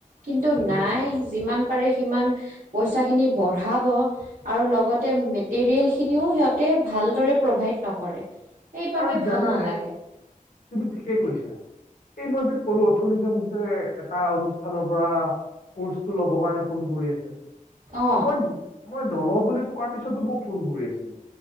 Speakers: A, on the right; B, on the left.
A: কিন্তু
B: ঠিকে
A: নাই
B: কৈছা
A: যিমান', পাৰে সিমান, পইচাখিনি বঢ়াব আৰু লগতে মেটেলিয়ালখিনি', খিনিও সিহঁতে ভালদৰে প্ৰভাইড নকৰে, সেইবাবে
B: আৰু জানানে
A: ভাল নালাগে।
B: তুমি ঠিকেই কৈছা, এই মই যে কলো অথনি যে মোক যে এটা অনুষ্ঠানৰ পৰা কৰ্চটো লব কাৰণে ফোন কৰি আছিল।
A: অ
B: মই মই নলওঁ বুলি কোৱাৰ পিছতো মোক ফোন কৰি আছে।